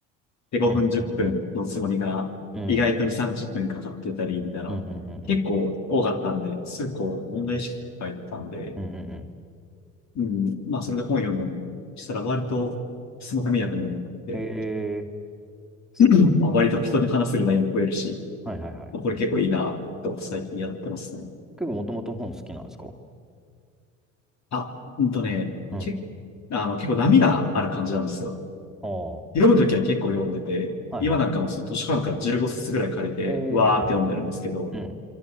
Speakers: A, on the left; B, in the centre.
A: で、5分、
B: うんうんうん。
A: 10分のつもりが、
B: うん。
A: 意外とに30分かかってたり、みたいな、
B: うんうんうんうん。
A: 結構多かったんで、すぐこう、問題意識が入ったんで、
B: ありますね。うんうんうん。
A: うん、まあ、それで本読むのにしたら、割と、スマホ見なくなるなって、
B: へえ。すごい。
A: <clears throat> まあ、割と人に話せる内容も増えるし、
B: うんはいはいはい。
A: まあ、これ結構いいな、と最近やってますね。
B: 結構もともと本好きなんですか
A: あ、うんとね、
B: うん。
A: け、あの、結構波がある感じなんですよ。
B: ああ、は
A: 読むときは結構読んでて、
B: いは
A: 今なんかもその図書館から15冊ぐらい借りて、
B: い。えー、
A: わーって読んでるんですけど、
B: はいはい。うん。